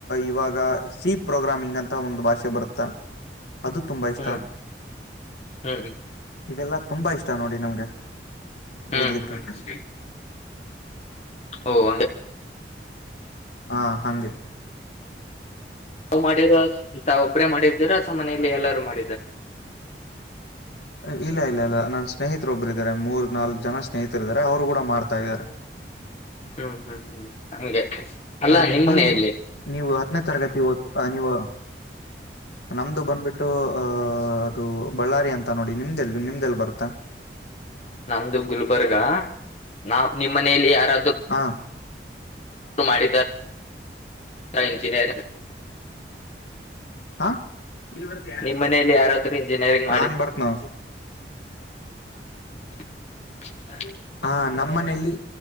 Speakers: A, on the left; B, on the left.
A: ಇವಾಗ! ಸಿ ಪ್ರೋಗ್ರಾಮಿಂಗ್ ಅಂತ ಒಂದು ಭಾಷೆ, ಬರುತ್ತೆ? <inaudible> ಅದು, ತುಂಬಾ ಇಷ್ಟ,
B: ಹ್ಮ್ ಹ್ಮ್
A: ಇವೆಲ್ಲ? <inaudible> ತುಂಬಾ ಇಷ್ಟ ನೋಡಿ ನಮ್ಗೆ
B: ಹ್ಮ್
A: ಓದ್ಲಿಕ್ಕೆ
B: ಹ್ಮ್ ಹ್ಮ್ ಓ ಹಂಗೆ
A: ಹಾ ಹಂಗೆ
B: ತಾವು ಮಾಡಿರ ಇ ಒಬ್ಬ್ರೇ ಮಾಡಿದ್ದೀರ ಮನೇಲಿ ಎಲ್ಲಾರ ಮಾಡ
A: ಹ ಇಲ್ಲ ಇಲ್ಲ ಇಲ್ಲ ನನ್ ಸ್ನೇಹಿತರೊಬ್ರು ಇದ್ದಾರೆ ಮೂರ್ ನಾಲ್ಕು ಜನ ಸ್ನೇಹಿತರ ಇದಾರೆ ಅವ್ರು ಕೂಡ ಮಾಡ್ತಾ ಇದಾರೆ ಹ
B: ಹೂ ಹೂ ಹೂ ಹಂಗೆ ಅಲ್ಲಾ
A: ಅ
B: ನಿಮ್
A: ನೀವು
B: ಮನೆಯಲ್ಲಿ
A: ನೀವು ಹತ್ತನೇ ತರಗತಿ ಓದ ಅ ನೀವು ನಮ್ದು ಬಂದ್ಬಿಟ್ಟು ಅಹ ಅದು ಬಳ್ಳಾರಿ ಅಂತ ನೋಡಿ ನಿಮ್ದೆಲ್ ನಿಮ್ದೆಲ್ ಬರ್ತ
B: ನಮ್ದು ಗುಲ್ಬರ್ಗ ನಾ ನಿಮ್ಮ್ ಮನೆಯಲ್ಲಿ ಯಾರಾದ
A: ಹಾ
B: ಮಾಡಿದರಾ ಇಂಜಿನಿಯರ್
A: ಹಾ ನೀ ಬರ್ತಯ
B: ನಿಮ್ ಮನೆಯಲ್ಲಿ ಯಾರಾದ್ರೂ ಇಂಜಿನಿಯರಿಂಗ್
A: ನಾನ್ ಬಾರ್ನು
B: ಹ
A: ಹ ನಮ್ಮ ಮನೆಯಲ್ಲಿ